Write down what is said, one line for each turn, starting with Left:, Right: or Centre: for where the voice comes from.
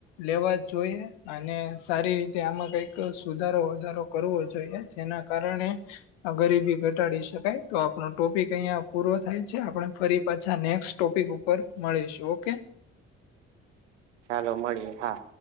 Left: લેવા જ જોઈએ અને સારી રીતે આમાં કઈક સુધારો વધારો કરવો જોઈએ જેના કારણે ગરીબી ઘટાડી શકાય તો આપણો ટોપિક અહિયાં પૂરો થાય છે આપણે ફરી પાછા નેક્સ્ટ ટોપિક ઉપ ઉપર મળીશું ઓકે.
Right: ચાલો મળીએ હા.